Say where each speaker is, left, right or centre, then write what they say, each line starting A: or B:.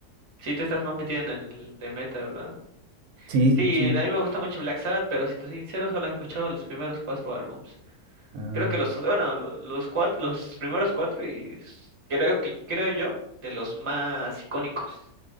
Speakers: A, on the right (about 30°); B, on the right (about 70°).
A: Sí, tú estás más metido en el de meta, ¿verdad?
B: Sí,
A: Sí,
B: pues, sí.
A: a mí me gusta mucho Black Sabbath, pero si te soy sincero, solo he escuchado los primeros cuatro álbumes.
B: Ah,
A: Creo que los, bueno, lo- los cuatro, los primeros cuatro y s- creo que, creo yo, de los más icónicos.